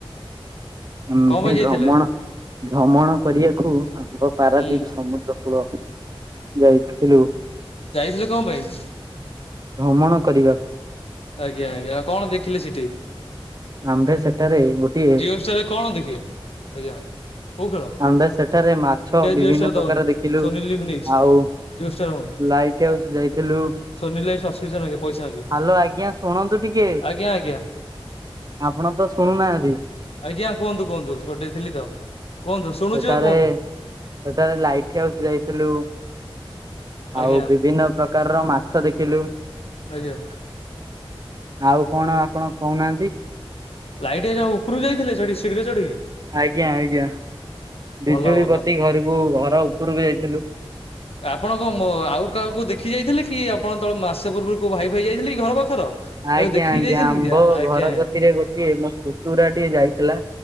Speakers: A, on the right; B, on the left.
A: ଆମ୍ଭେ
B: କଣ ପାଇଁ ଯାଇଥିଲେ
A: ଭ୍ରମଣ ଭ୍ରମଣ କରିବାକୁ ଆମ୍ଭ ପାରାଦ୍ୱୀପ
B: ହୁଁ
A: ସମୁଦ୍ର କୂଳ ଯାଇଥିଲୁ।
B: ଯାଇଥିଲେ କଣ ପାଇଁ?
A: ଭ୍ରମଣ କରିବାକୁ।
B: ଆଜ୍ଞା ଆଜ୍ଞା ଆ କଣ ଦେଖିଲି ସେଠି?
A: ଆମ୍ଭେ ସେଠାରେ ଗୋଟଏ
B: ଜିଓହୋଟଷ୍ଟର କଣ ଦେଖିବ ଆଜ୍ଞା। କୋଉ ଖେଳ
A: ଆମ୍ଭେ ସେଠାରେ ମାଛ
B: ଇଣ୍ଡିଆ
A: ବିଭିନ୍ନ
B: ଜିଓ ଷ୍ଟାର ଦବନି
A: ପ୍ରକାର ଦେଖିଲୁ
B: ସୋନି ଲିଭ୍ ନେଇଛି
A: ଆଉ
B: ଜିଓ ଷ୍ଟାର ହବନି
A: ଲାଇଟ୍ ହାଉସ୍ ଯାଇଥିଲୁ
B: ସୋନି ଲାଇଭ୍ ସବସ୍କ୍ରିପସନ ମାଗିବ ପଇସା ମାଗିବ
A: ହାଲୋ ଆଜ୍ଞା ଶୁଣନ୍ତୁ ଟିକେ
B: ଆଜ୍ଞା ଆଜ୍ଞା
A: ଆପଣ ତ ଶୁଣୁନାହାନ୍ତି।
B: ଆଜ୍ଞା କୁହନ୍ତୁ କୁହନ୍ତୁ ଏପଟେ ଥିଲି ତ। କୁହନ୍ତୁ ଶୁଣୁଛି
A: ସେଠାରେ
B: ବା କୁହନ୍ତୁ
A: ସେଠାରେ ଲାଇଟ୍ ହାଉସ୍ ଯାଇଥିଲୁ।
B: ଆଜ୍ଞା
A: ଆଉ ବିଭିନ୍ନ ପ୍ରକାରର ମାଛ ଦେଖିଲୁ।
B: ଆଜ୍ଞା
A: ଆଉ କଣ ଆପଣ କହୁନାହାନ୍ତି?
B: ଲାଇଟ୍ ଏଯୋଉ ଉପରକୁ ଯାଇଥିଲେ ସେଢି ସିଢ଼ିରେ ଚଢିକି?
A: ଆଜ୍ଞା ଆଜ୍ଞା ବିଜୁଳି
B: ଭଲ ଭଲ
A: ବତି ଘରକୁ ଘର ଉପରକୁ ଯାଇଥିଲୁ।
B: ଆପଣ କଣ ମୋ ଆଉ କାହାକୁ ଦେଖି ଯାଇଥିଲେ କି ଆପଣ ତଳେ ମାସେ ପୂର୍ବରୁ କୋଉ ଭାଇ ଫାଇ ଯାଇଥିଲେକି ଘର ପାଖର? ତାକୁ
A: ଆଜ୍ଞା
B: ଦେଖିକି
A: ଆଜ୍ଞା
B: ଯାଇଛନ୍ତି
A: ଆମ୍ଭ
B: କି ଆଜ୍ଞା
A: ଘର କତିରେ ଗୋଟିଏ ମୋ ପୁତୁରା ଟିକେ ଯାଇଥିଲା